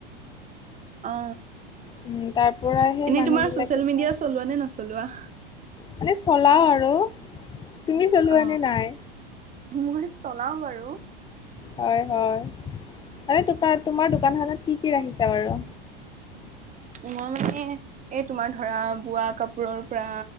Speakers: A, on the right; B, on the left.
A: অ',
B: উম, তাৰ পৰা সেই
A: এনে
B: মানুহবিলাকে
A: তোমাৰ চচিয়েল মিডিয়া
B: চাই
A: চলোৱা নে নচলোৱা।
B: মানে চলাও আৰু, তুমি চলোৱা
A: অ
B: নে নাই।
A: মই চলাও বাৰু।
B: হয় হয় <unintelligible> তোমাৰ দোকানখনত কি কি ৰাখিছা বাৰু।
A: মই মানে, এই তোমাৰ ধৰা বোৱা কাপোৰৰ পৰা,